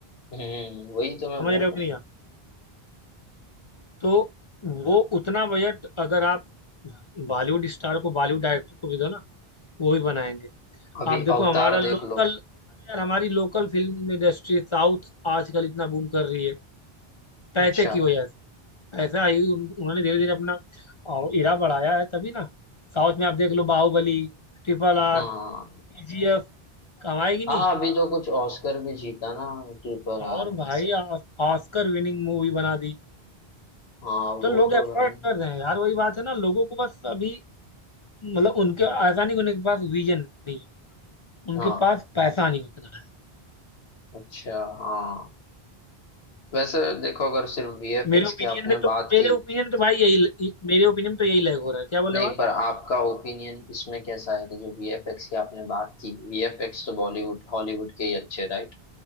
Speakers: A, on the left; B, on the left.
A: हम्म वही तो मैं
B: समझ
A: बोल
B: रहे हो
A: रहा
B: कि
A: हूँ
B: नहीं आप तो वो उतना बजट अगर आप बॉलीवुड स्टार को बॉलीवुड डायरेक्टर को भी दो ना वो भी बनाएंगे
A: अभी
B: आप देखो
A: अवतार
B: हमारा लोकल
A: देख लो
B: अरे यार हमारी लोकल फिल्म इंडस्ट्री साउथ आजकल इतना बूम कर रही है पैसे
A: अच्छा
B: की वजह से ऐसा आई उन, उन्होंने धीरे धीरे अपना अ, इरा बढ़ाया है तभी ना साउथ में आप देख लो बाहुबली ट्रिपल आर
A: हाँ
B: केजीएफ कमाएगी नहीं
A: हाँ अभी तो कुछ ऑस्कर भी जीता ना ट्रिपल
B: और
A: आर में
B: भाई
A: से
B: ऑस- ऑस्कर विनिंग मूवी बना दी
A: हाँ
B: तो
A: वो
B: लोग
A: तो
B: एफर्ट
A: मैंने
B: कर रहे हैं यार वही बात है ना लोगों को बस अभी मतलब उनके ऐसा नहीं कि उनके पास विजन नहीं है उनके
A: हाँ
B: पास पैसा नहीं उतना है
A: अच्छा हाँ वैसे देखो अगर सिर्फ वीएफएक्स
B: मेरे ओपिनियन
A: की आपने
B: में तो
A: बात
B: मेरे
A: की
B: ओपिनियन तो भाई यही मेरे ओपिनियन तो यही लैग हो रहा है क्या बोले
A: नहीं
B: आप
A: पर आपका ओपिनियन इसमें कैसा है कि जो वीएफएक्स की आपने बात की वीएफएक्स तो बॉलीवुड हॉलीवुड के ही अच्छे राइट